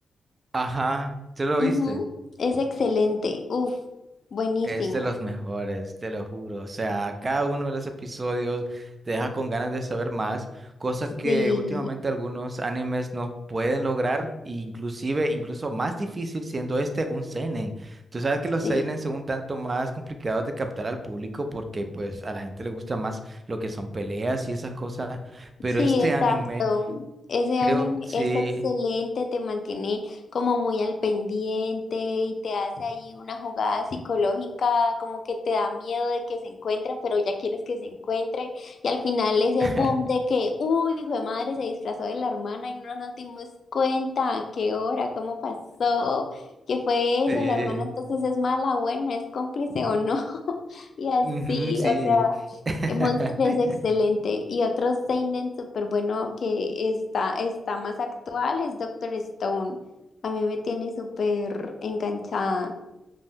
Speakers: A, on the right (about 35°); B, on the left (about 55°).
A: Ajá, ¿tú lo
B: Ujú,
A: viste?
B: Es excelente. Uf, buenísimo.
A: Es de los mejores, te lo juro. O sea, cada uno de los episodios te deja con ganas de saber más, cosas
B: Sí,
A: que últimamente algunos animes no pueden lograr, e inclusive, incluso más difícil siendo este un seinen. Tú sabes que los
B: sí.
A: seinen son un tanto más complicados de captar al público porque pues a la gente le gusta más lo que son peleas y esas cosas, pero
B: Sí,
A: este
B: exacto.
A: anime,
B: Ese
A: creo,
B: anime
A: sí.
B: es excelente, te mantiene como muy al pendiente y te hace ahí una jugada psicológica, como que te da miedo de que se encuentren, pero ya quieres que se encuentren. Y al final ese
A: <laughs>
B: boom de que, uy, hijo de madre, se disfrazó de la hermana y no nos dimos cuenta, ¿a qué hora, cómo pasó, qué fue
A: Sí.
B: eso, la hermana entonces es mala, buena, es cómplice o no. <laughs> Y así,
A: Ujú, sí.
B: o sea.
A: <laughs>
B: Monster es excelente y otro seinen súper bueno que está, está más actual es Doctor Stone. A mí me tiene súper enganchada.